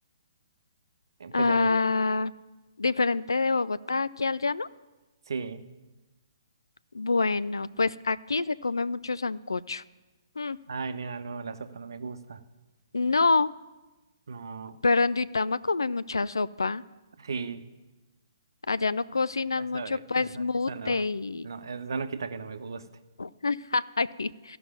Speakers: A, on the right; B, on the left.
A: en, pues
B: Ah,
A: en el...
B: diferente de Bogotá aquí al llano.
A: Sí.
B: Bueno, pues aquí se come mucho sancocho. Mm,
A: Ay, nena, no, la sopa no me gusta.
B: No,
A: No,
B: pero en Duitama comen mucha sopa.
A: sí,
B: Allá no cocinan
A: eso,
B: mucho, pues
A: eso,
B: mute
A: eso no,
B: y...
A: no, eso no quita que no me guste.
B: <laughs> Ay,